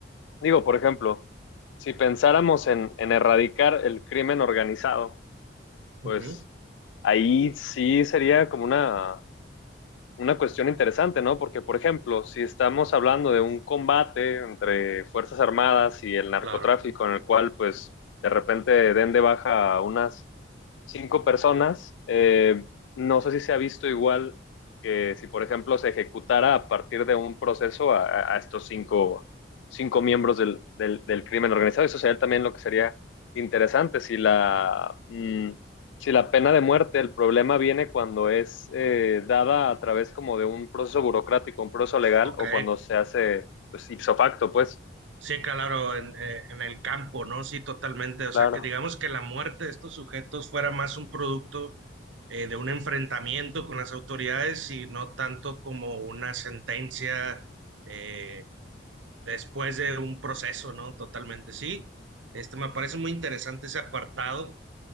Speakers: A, on the left (about 80°); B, on the right (about 90°).
A: digo, por ejemplo, si pensáramos en, en erradicar el crimen organizado, Pues
B: Ujú,
A: ahí sí sería como una, una cuestión interesante, ¿no? Porque, por ejemplo, si estamos hablando de un combate entre Fuerzas Armadas y el narcotráfico,
B: Claro,
A: en el cual, pues, de repente den de baja a unas cinco personas. Eh, no sé si se ha visto igual que si, por ejemplo, se ejecutara a partir de un proceso a, a estos cinco, cinco miembros del, del, del, crimen organizado. Eso sería también lo que sería interesante. Si la, mm, si la pena de muerte, el problema viene cuando es eh, dada a través como de un proceso burocrático, un proceso legal,
B: ok.
A: o cuando se hace pues, ipso facto, pues.
B: Sí, claro, en, eh, en el campo, ¿no? Sí, totalmente. O
A: Claro.
B: sea, que digamos que la muerte de estos sujetos fuera más un producto eh, de un enfrentamiento con las autoridades y no tanto como una sentencia eh, después de un proceso, ¿no? Totalmente, sí. Este me parece muy interesante ese apartado.